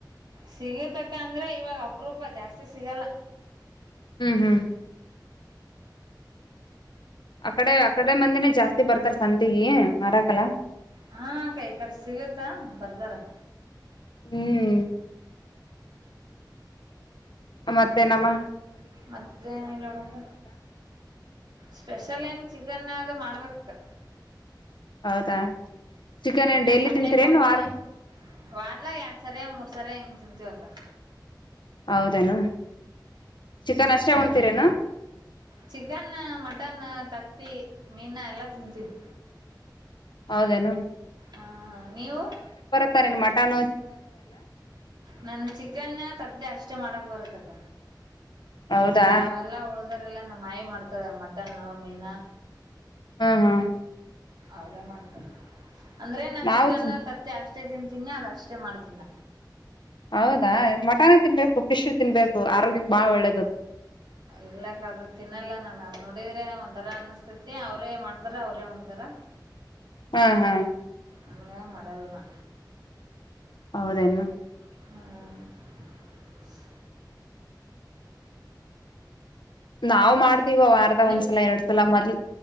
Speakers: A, on the right; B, on the left.
A: ಸಿಗತಕ್ಕ ಅಂದ್ರೆ ಇವಾಗ ಅಪರೂಪ ಜಾಸ್ತಿ ಸಿಗಲ್ಲ
B: ಹ್ಮ್ ಹ್ಮ್ ಅಕಡೆ ಆಕಡೆ ಮಂದಿನೇ ಜಾಸ್ತಿ ಬರ್ತಾರ ಸಂತಗಿ ಮರಾಕಲ್ಲ
A: ಹಾ ಅಕ್ಕ ಇ ಕಡೆ ಸಿಗುತ್ತ ಬರ್ತಾರೆ
B: ಹ್ಮ್ ಮತ್ತೆ ಏನಮ್ಮ
A: ಮತ್ತ ಏನಿಲ್ಲ ಬೀಡಕ್ಕ ಸ್ಪೆಷಲ್ ಏನ್ ಚಿಕನ್ ಅಂದ್ರು ಮಾಡ್ಬೇಕು ಕತ್ತ <inaudible>
B: ಹೌದಾ ಚಿಕನ್
A: ಅಂದ್ರೆ
B: ಏನ್ ಡೈಲಿ
A: ಸಂಡೆಕ್ಕ
B: ತಿಂತೀರೇನು
A: ಒಮ್ಮೆ
B: ವಾರ
A: ವಾರದಾಗ ಎರಡ್ ಸರ ಮೂರ್ ಸರ ಹೆಂಗ ಅಂತ <inaudible>
B: ಹೌದೇನು ಚಿಕನ್ ಅಷ್ಟೇ ಉಣ್ತೀರೇನು
A: ಚಿಕನ್ ಮಟನ್ ತತ್ತಿ ಮೀನು ಎಲ್ಲಾ ತಿಂತೀವಿ
B: ಹೌದೇನು
A: ಹಾ ನೀವು
B: <unintelligible> ಮಟಾನ
A: ನನ್ನ ಚಿಕನ್ ತದ್ದೆ ಅಷ್ಟೇ ಮಾಡಕ್ ಬರುತ್ತಕ್ಕ
B: ಹೌದಾ
A: ಅವೆಲ್ಲ ಉಳ್ದರೆಲ್ಲ ನಮ್ಮ ಮಾವಿ ಮಾಡ್ತಾರೆ ಮಟನ್ ಮೀನು
B: ಹ್ಮ ಹಾ
A: ಅವ್ರೇ ಮಾಡ್ತಾರೆ ಅಂದ್ರೆ ನಾ
B: ನಾವು
A: ಚಿಕನ್
B: ತಿನ್
A: ತತ್ತೆ ಅಷ್ಟ ಅಷ್ಟೆ ತಿಂತೀನಿ ಅಲ್ಲ ಅಷ್ಟೇ ಮಾಡ್ತೀನ
B: ಹೌದಾ ಮಟನ ತಿನ್ಬೇಕು ಫಿಶ್ ತಿನ್ಬೇಕು ಆರೋಗ್ಯಕ್ ಬಾಳ್ ಒಳ್ಳೇದದು
A: ಇಲ್ಲ ಕದು ತಿನ್ನಲ್ಲ ನನ್ ಅದ್ ನೋಡಿದ್ರೆ ಒಂಥರ ಅನ್ನಸ್ತೇತಿ ಅವ್ರೇ ಮಾಡ್ತಾರ ಅವ್ರೇ ಹೊತಾರ ಹ
B: ಹ್ಮ್ ಹ್ಮ್
A: ಹಂಗ ಮಡಲ್ನಾ
B: ಹೌದೇನು
A: ಹ್ಮ
B: ನಾ ಮಾಡ್ತೀವ ವಾರದ
A: ನಿಮ್
B: ಒಂದ್ಸಲ ಎರಡ್ ಸಲ ಮೊದ್